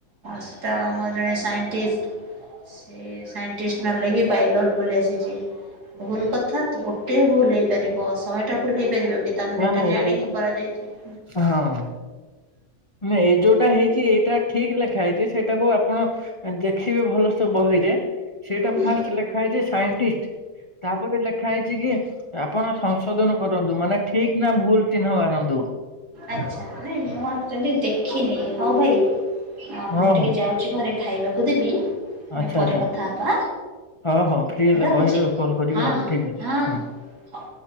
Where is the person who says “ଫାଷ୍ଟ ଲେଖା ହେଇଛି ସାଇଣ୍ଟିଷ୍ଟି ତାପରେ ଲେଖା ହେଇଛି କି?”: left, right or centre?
Left